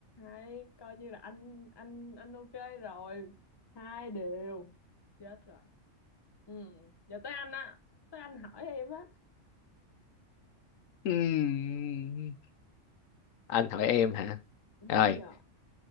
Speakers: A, on the left; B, on the left.
A: hay coi như là anh anh anh ok rồi hai đều chết rồi ừ giờ tới anh á tới anh hỏi em á
B: Ừm. anh hỏi em hả
A: đúng
B: rồi
A: giờ